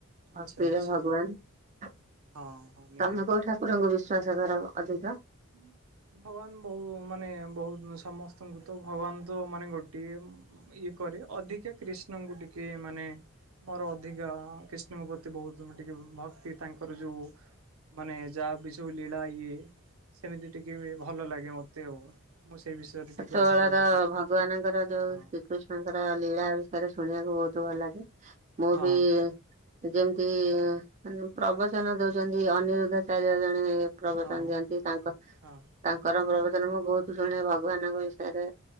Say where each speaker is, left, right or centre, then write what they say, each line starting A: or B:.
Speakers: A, on the right; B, on the right.
A: ଭକ୍ତିରେ
B: ଆଚ୍ଛା ଆଚ୍ଛା
A: ଭଗବ ନ
B: ହଁ ହଁ ନିହାତି
A: ତମେ କୋଉ ଠାକୁରଙ୍କୁ ବିଶ୍ଵାସ କର ଅଧିକ
B: ହୁଁ ଭଗବାନ ବହୁ ମାନେ ବହୁତ ସମସ୍ତଙ୍କୁ ତ ଭଗବାନ ତ ମାନେ ଗୋଟିଏ ଉ ଇଏ କରେ ଅଧିକା କ୍ରିଷ୍ଣଙ୍କୁ ଟିକେ ମାନେ ମୋର ଅଧିକା କ୍ରିଷ୍ଣଙ୍କ ପ୍ରତି ବହୁତ ଟିକେ ଭକ୍ତି ତାଙ୍କର ଯୋଉ ମାନେ ଯାହା ବି ସବୁ ଲୀଳା ଇଏ ସେମିତି ଟିକେ ବି ଭଲ ଲାଗେ ମତେ ଆଉ ମୁଁ ସେଇ ବିଷୟରେ ଟିକେ
A: ଛୋଟବେଳର
B: ଅଧିକା ଇଏ କରେ।
A: ଭଗବାନଙ୍କର ଯୋଉ
B: ହଁ
A: ଶ୍ରୀକୃଷ୍ଣଙ୍କର ଲୀଳା ସେଟା ଶୁଣିବାକୁ ବହୁତ ଭଲ ଲାଗେ ମୁଁ
B: ହଁ
A: ବି ଯେମିତି-ଇ ପ୍ରବଚନ ଦଉଛନ୍ତି ଅନିରୁଦ୍ଧ ଚାରି ହ ଜଣ ପ୍ରବଚନ
B: ହଁ
A: ଦିଅନ୍ତି ତାଙ୍କ
B: ହଁ।
A: ତାଙ୍କର ପ୍ରବଚନ ମୁଁ ବହୁତ ଶୁଣେ ଭଗବାନ୍ ଷୟରେ